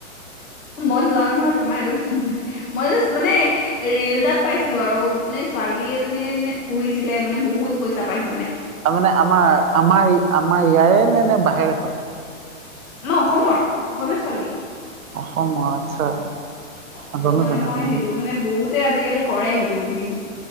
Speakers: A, on the left (about 75°); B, on the right (about 75°).
A: মই নানো নহয় তোমাৰ এইটো মই জাষ্ট মানে ৰিয়েল তাত পাইছিলো আৰু মানে ছোৱালী এজনীয়ে নে পুহিছিলে মানে বহুত পইচা পাইছিল।
B: তাৰ মানে আমাৰ আমাৰ আমাৰ ইয়াৰে নে নে বাহিৰৰে হ'ল?
A: ন' অসমৰ অসমীয়া ছোৱালী?
B: অসমৰ আচ্ছা
A: অ',
B: নাজানো
A: ত মানে
B: তেনেহলে
A: মই সেইটো
B: দেই
A: মানে বহুতে আজিকালি কৰে সেইটো বি